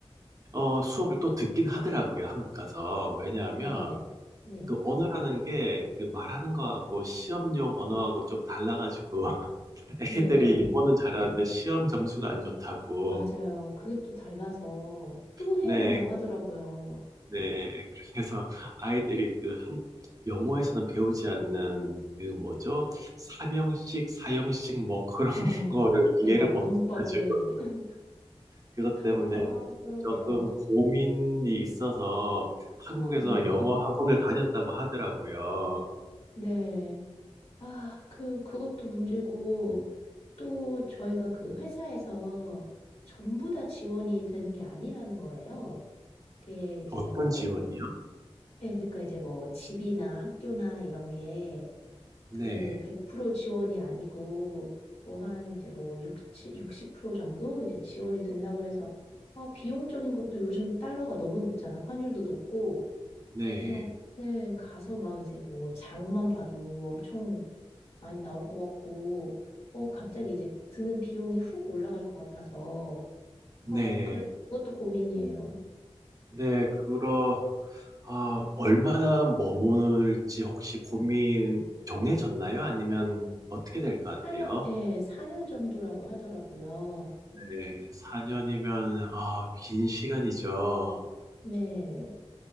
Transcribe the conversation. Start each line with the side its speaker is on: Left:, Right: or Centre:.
Right: 어, 수업을 또 듣긴 하더라고요, 한국 가서. 왜냐하면
Left: 네, 네,
Right: 그 언어라는 게 그 말하는 거하고 시험용 언어하고 좀 달라가지고 <laughs> 애기들이
Left: 네,
Right: 영어는 잘하는데 시험 점수가 안 좋다고
Left: 맞아요. 그게 또 달라서 또 해야
Right: 네,
Left: 된다고 하더라고요.
Right: 네. 그래서 아이들이 그 한, 영어에서는 배우지 않는 그 뭐죠? 삼형식, 사형식 뭐 그런
Left: 어,
Right: <laughs> 거를 이해를
Left: 네, 막
Right: 못해가지고
Left: 문법, 네. <laughs>
Right: 그것 때문에
Left: 아, 그러게요.
Right: 조금 고민이 있어서 한국에서
Left: 네,
Right: 영어 학원을 다녔다고 하더라고요.
Left: 네. 아, 그, 그것도 문제고, 또 저희가 그 회사에서 전부 다 지원이 되는 게 아니라는 거예요. 그게 이제
Right: 어떤
Left: 뭐,
Right: 지원이요?
Left: 예, 그러니까 이제 뭐 집이나 학교나 이런 게
Right: 네,
Left: 그 100% 지원이 아니고 뭐 한 이제 뭐 60, 정도 이제 지원이 된다고 그래서 어, 비용적인 것도 요즘 달러가 너무 높잖아. 환율도 높고.
Right: 네.
Left: 그래서 네, 가서 막 이제 뭐 장만 봐도 엄청 많이 나올 것 같고, 어, 갑자기 이제 드는 비용이 훅 올라갈 것 같아서,
Right: 네.
Left: 아, 그래서 그것도 고민이에요.
Right: 네, 그러, 아, 얼마나 머무를지 혹시 고민 정해졌나요? 아니면 어떻게 될 것 같아요?
Left: 4년, 예, 사 년 정도라고 하더라고요.
Right: 네, 4년이면, 아, 긴 시간이죠.
Left: 네.